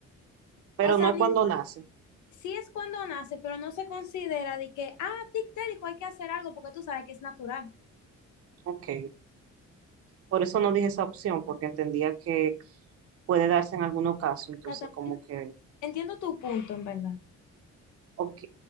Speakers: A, on the right (about 50°); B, on the left (about 75°).
A: pero
B: O sea,
A: no es
B: ni,
A: cuando nace.
B: sí es cuando nace, pero no se considera de que, ah, tictérico, hay que hacer algo porque tú sabes que es natural.
A: Ok, por eso no dije esa opción, porque entendía que puede darse en algunos casos,
B: O
A: entonces
B: sea, también
A: como que,
B: entiendo tu punto, en verdad.
A: ok,